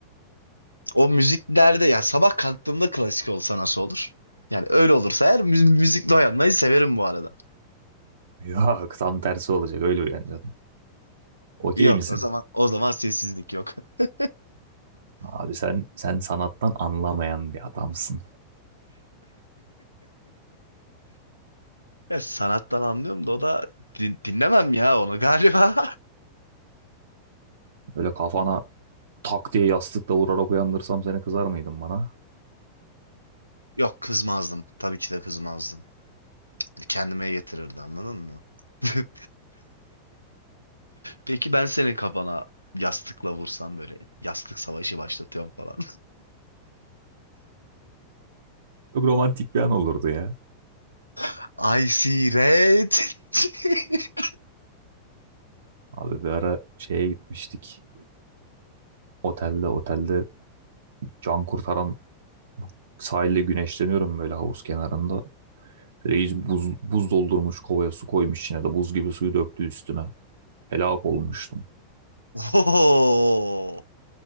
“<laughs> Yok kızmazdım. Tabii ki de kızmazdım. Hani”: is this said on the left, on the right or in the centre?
Left